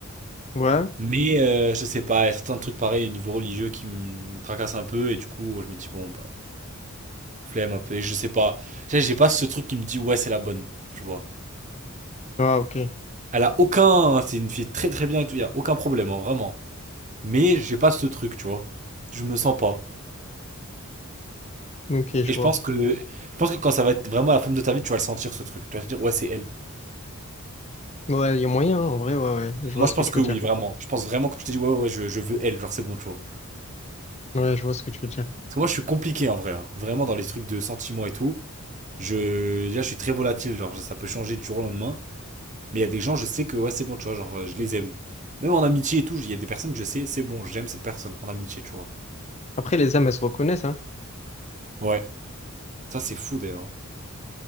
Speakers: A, on the left; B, on the right.
A: Ouais.
B: Mais euh, je sais pas, il y a certains trucs pareils au niveau religieux qui me tracassent un peu et du coup, je me dis bon bah flemme un peu. Et je sais pas, Tu j'ai pas ce truc qui me dit ouais c'est la bonne, tu vois.
A: Ah, ok.
B: Elle a aucun, hein, c'est une fille très très bien et tout, il y a aucun problème, hein, vraiment. Mais j'ai pas ce truc, tu vois. Je me sens pas.
A: Ok, je
B: Et
A: vois.
B: je pense que, je pense que quand ça va être vraiment la femme de ta vie, tu vas le sentir ce truc. Tu vas te dire, ouais, c'est elle.
A: Ouais, il y a moyen, hein, en vrai, ouais, ouais. Je vois
B: Moi,
A: ce
B: je pense
A: que tu
B: que
A: veux dire.
B: oui, vraiment. Je pense vraiment que tu te dis, ouais, ouais, ouais je, je veux elle, genre c'est bon, tu vois.
A: Ouais, je vois ce que tu veux dire.
B: Parce que moi, je suis compliqué en vrai. hein. Vraiment, dans les trucs de sentiments et tout, je, là, je suis très volatile, genre ça peut changer du jour au lendemain. Mais il y a des gens, je sais que, ouais, c'est bon, tu vois, genre euh, je les aime. Même en amitié et tout, il y a des personnes, je sais, c'est bon, j'aime cette personne en amitié, tu vois.
A: Après, les âmes, elles se reconnaissent, hein.
B: Ouais. Ça, c'est fou d'ailleurs. hein.